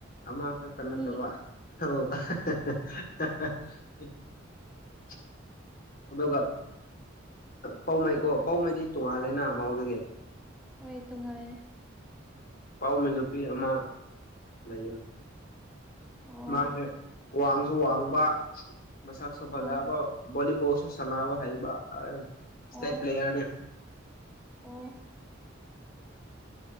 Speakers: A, on the left; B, in the centre.
A: ꯑꯃꯈꯛꯇ
B: ꯑꯅꯤ
A: ꯅꯠꯇꯕ <unintelligible> ꯑꯗꯨꯒ ꯄꯥꯎꯃꯩꯀꯣ ꯄꯥꯎꯃꯩꯗꯤ ꯇꯣꯡꯉꯥꯜꯂꯦꯅ ꯃꯥꯎꯗꯒꯤ
B: ꯍꯣꯏ ꯇꯣꯉꯥꯏꯌꯦꯦ
A: ꯄꯥꯎꯃꯩ ꯅꯨꯄꯤ ꯑꯃ ꯂꯩꯌ
B: ꯑꯣ
A: ꯃꯥꯁꯦ ꯋꯥꯡꯁꯨ ꯋꯥꯡꯕ ꯃꯁꯛꯁꯨ ꯐꯖꯕ
B: ꯑꯣ
A: ꯣꯂꯤꯕꯣ ꯁꯅꯕ ꯍꯩꯕ ꯏꯁꯇꯦꯠ
B: ꯑꯣ
A: ꯄ꯭ꯂꯦꯌꯥꯔꯅꯦ
B: ꯑꯣ